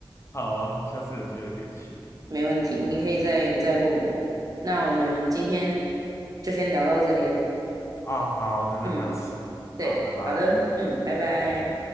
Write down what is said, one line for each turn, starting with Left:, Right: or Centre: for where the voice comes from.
Left: 好啊，下次有机会可以去。
Right: 没问题，你可以再再问我。那我们今天就先聊到这边，
Left: 啊，好，我等等还有事，
Right: 嗯，对，
Left: 好，拜拜。
Right: 好的，嗯，拜拜。